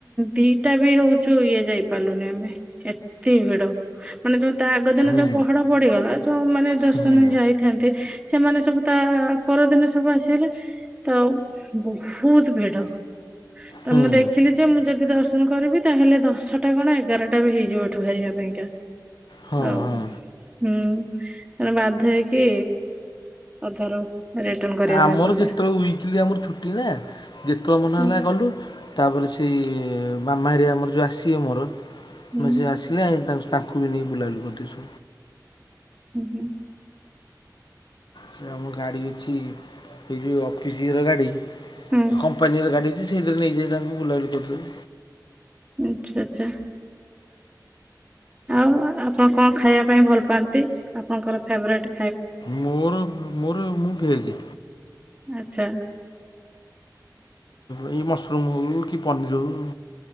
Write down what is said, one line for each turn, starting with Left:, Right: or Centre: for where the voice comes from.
Right: ଦିଟା ବି ହଉଛୁ ଇଏ ଯାଇପାରିଲୁନି ଆମେ। ଏତେ ଭିଡ଼। ମାନେ ଯୋଉ ତା ଆଗ ଦିନ
Left: ହୁଁ ହୁଁ
Right: ଯୋଉ ପହଡ଼ ପଡ଼ିଗଲା ଯୋଉମାନେ ଦର୍ଶନ
Left: ହୁଁ
Right: ରେ ଯାଇଥାନ୍ତେ ସେମାନେ ସବୁ ତା ପରଦିନ ସବୁ ଆସିଗଲେ ତ ବହୁତ୍ ଭିଡ଼। ତ
Left: ହୁଁ
Right: ମୁଁ ଦେଖିଲି ଯେ ମୁଁ ଯଦି ଦର୍ଶନ କରିବି ତାହେଲେ ଦଶଟା କଣ ଏଗାରଟା ବି ହେଇଯିବ ଏଠୁ ବାହାରିବା ପାଇଁ କା।
Left: ହଁ
Right: ଆଉ
Left: ହଁ
Right: ହୁଁ ତାପରେ ବାଧ୍ୟ ହେଇକି ଅଧାରୁ ରିଟର୍ଣ କରିବା
Left: ଆମର
Right: ପାଇଁ ପଡିଲା
Left: ଯେତେବେଳେ ୱିକିଲି ଆମର ଛୁଟି ନା ଯେତେବେଳେ ମନହେଲା
Right: ହୁଁ
Left: ଗଲୁ। ତାପରେ ସେ ମାମା ହେରିକା ଆମର ଯୋଉ ଆସିବେ ମୋର
Right: ହୁଁ
Left: ଆମେ ସେ ଆସିଲେ ତାଙ୍କ ତାଙ୍କୁ ବି ନେଇ ବୁଲାବୁଲି କରିଦେଇଛୁ।
Right: ହୁଁ ହୁଁ।
Left: ସେ ଆମ ଗାଡ଼ି ଅଛି ଏ ଯୋଉ ଅଫିସ୍ ର ଗାଡ଼ି
Right: ହୁଁ
Left: କମ୍ପାନୀର ଗାଡ଼ି ସେ ସେଇଥିରେ ନେଇଯାଇ ତାଙ୍କୁ ବୁଲାବୁଲି କରିଦେଲୁ।
Right: ଆଚ୍ଛା ଆଚ୍ଛା। ଆଉ ଆପଣ କଣ ଖାଇବା ପାଇଁ ଭଲ ପାଆନ୍ତି ଆପଣଙ୍କର ଫେଭରେଟ୍?
Left: ମୋର ମୋର ମୁଁ ଭେଜି
Right: ଆଚ୍ଛା।
Left: ଏଇ ମସରୁମ୍ ହଉ କି ପନିର୍ ହଉ